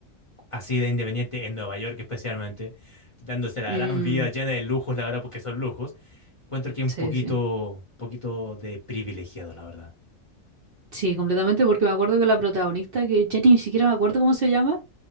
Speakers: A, on the left; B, on the right.
A: así de independiente en Nueva York especialmente, dándose la
B: Mm,
A: gran vida llena de lujos, la verdad, porque son lujos. Encuentro que es
B: sí,
A: un poquito,
B: sí.
A: poquito de privilegiado, la verdad.
B: Sí, completamente, porque me acuerdo que la protagonista, que ya ni siquiera me acuerdo cómo se llama,